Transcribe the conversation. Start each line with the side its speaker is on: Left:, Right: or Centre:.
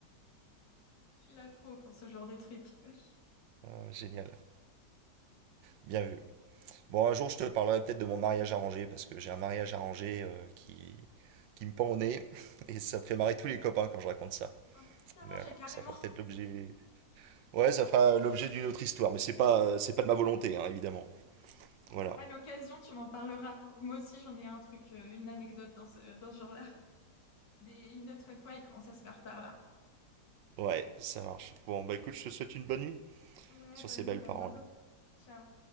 Left: Je suis là trop pour ce genre de truc. <laughs> Un
Right: Ah, génial. Bien vu. Bon, un jour, je te parlerai peut-être de mon mariage arrangé, parce que j'ai un mariage arrangé euh, qui, qui me pend au nez, <laughs> et ça me fait marrer tous les copains quand je raconte ça.
Left: petit arrangé,
Right: Mais voilà,
Left: carrément.
Right: ça fera peut-être l'objet. Ouais, ça fera l'objet d'une autre histoire, mais c'est pas, euh, c'est pas de ma
Left: Ouais.
Right: volonté, hein, évidemment. Voilà,
Left: À l'occasion, tu m'en parleras. Moi aussi, j'en ai un truc, euh, une anecdote dans ce, dans ce genre-là. Mais une autre fois, il commence à se faire tard là.
Right: ouais, ça marche. Bon, bah écoute, je te souhaite une bonne nuit
Left: Ouais,
Right: sur
Left: bonne
Right: ces belles
Left: nuit, à
Right: paroles.
Left: bientôt. Ciao.